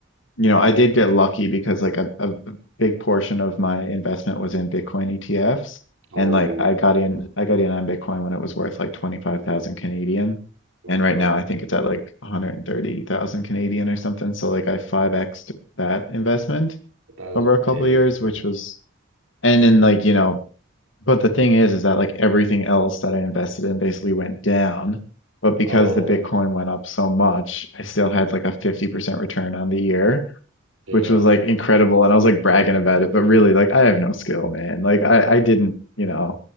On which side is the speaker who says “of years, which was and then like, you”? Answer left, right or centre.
Left